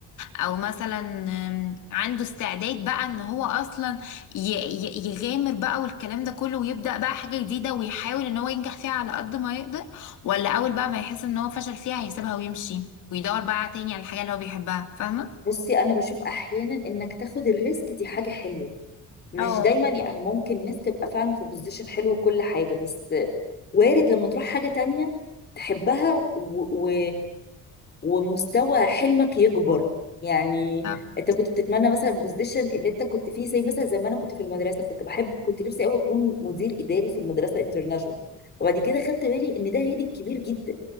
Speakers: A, on the left; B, on the left.
A: او مثلا آم، عنده استعداد بقى ان هو اصلا ي- ي- يغامر بقى والكلام ده كله ويبدأ بقى حاجة جديدة ويحاول ان هو ينجح فيها على قد ما يقدر ولا اول بقى ما يحس ان هو فشل فيها هيسيبها ويمشي ويدور بقى تاني على الحاجة اللي هو بيحبها فاهمة؟
B: بصي انا بشوف احيانا انك تاخد الريسك دي حاجه حلوه مش
A: اه
B: دايما يعني ممكن الناس تبقى فعلا في بوزيشن حلو وكل حاجة بس وارد لما تروح حاجة تانية تحبها و... و... ومستوى حلمك يكبر يعني
A: آه،
B: انت كنت بتتمنى مثلا البوزيشن اللي انت كنت فيه زي مثلا زي ما انا كنت في المدرسة كنت بحب كنت نفسي قوي اكون مدير اداري في المدرسة انترناشونال وبعد كده خدت بالي ان ده هيدي كبير جدا